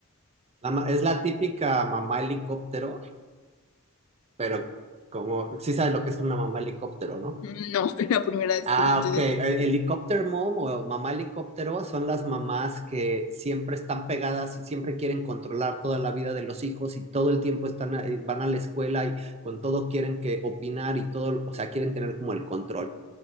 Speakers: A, on the right; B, on the left.
A: la, es la típica mamá helicóptero, pero como, sí sabes lo que es una mamá helicóptero, ¿no?
B: Mm, No, <laughs> la primera vez
A: Ah,
B: que escucho
A: ok.
B: ese
A: Eh,
B: término.
A: Helicopter Mom o Mamá Helicóptero son las mamás que siempre están pegadas y siempre quieren controlar toda la vida de los hijos y todo el tiempo están, a- eh, van a la escuela y con todo quieren que opinar y todo, o sea, quieren tener como el control.